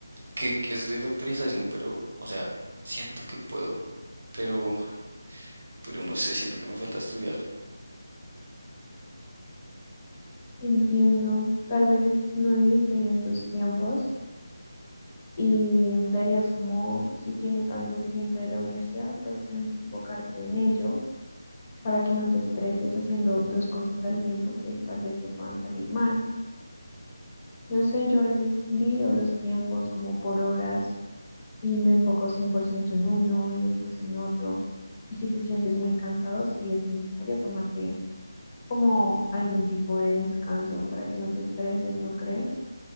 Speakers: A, on the right (about 55°); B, on the left (about 30°).
A: que que es de factorización, pero, o sea, siento que puedo, pero, pero no sé, siento que me falta estudiar.
B: Entiendo, tal vez no dividiste bien tus tiempos y deberías como, si tienes algo urgente de la universidad, pues enfocarte en ello para que no te estreses haciendo dos cosas al tiempo que tal vez te puedan salir mal. No sé, yo a veces divido los tiempos como por horas y me enfoco 100% en uno y después en otro. Y si te sientes muy cansado, sí es necesario tomarte como algún tipo de descanso para que no te estreses, ¿no crees?